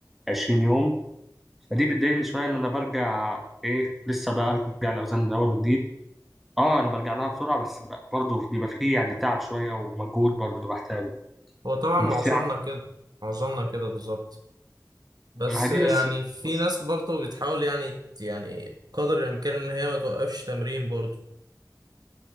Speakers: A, in the centre; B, on the right.
A: 20 يوم فدي بتضايقني شوية إن أنا برجع إيه لسه برجع الأوزان من أول وجديد اه انا برجع لها بسرعه بس ب- برضه بيبقى فيه يعني تعب شويه ومجهود برضه بحتاجه
B: هو طبعا
A: بس
B: معظمنا
A: يعني
B: كده معظمنا كده بالظبط بس
A: ما هي دي
B: يعني
A: بس
B: في
A: بس
B: ناس برضه بتحاول يعني يعني قدر الإمكان إن هي ما توقفش تمرين برضه